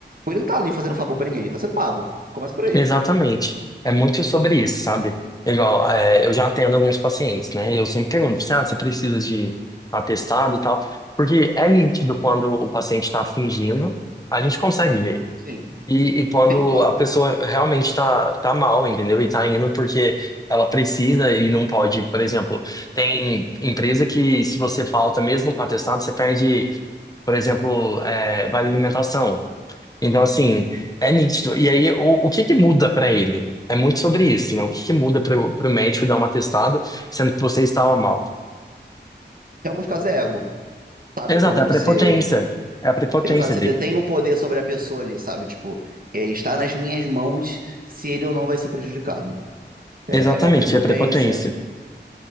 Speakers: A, on the right; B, on the left.
A: Ele não tá ali fazendo favor pra ninguém, ele tá sendo pago. Começa por aí.
B: exatamente. É muito sobre isso, sabe? É Igual, é, eu já atendo alguns pacientes, né? E Eu sempre pergunto, assim, ah, você precisa de atestado e tal? Porque é nítido quando o paciente está fingindo, a gente consegue ver.
A: Sim.
B: E, e quando
A: Sim, claro.
B: a pessoa realmente tá, tá mal, entendeu? E tá indo porque ela precisa e não pode. Por exemplo, tem empresa que se você falta mesmo com atestado, você perde, por exemplo, é, vale alimentação. Então, assim, é nítido. E aí, o, o que que muda pra ele? É muito sobre isso, né? O que que muda pro, pro médico dar um atestado, sendo que você estava mal?
A: Em alguns casos é ego, sabe?
B: Exato,
A: Quando
B: é
A: você
B: a prepotência. É a prepotência
A: Exato, você
B: dele.
A: detém o poder sobre a pessoa ali, sabe? Tipo, é, está nas minhas mãos se ele ou não vai ser prejudicado. É,
B: Exatamente,
A: a prepotência,
B: é a prepotência.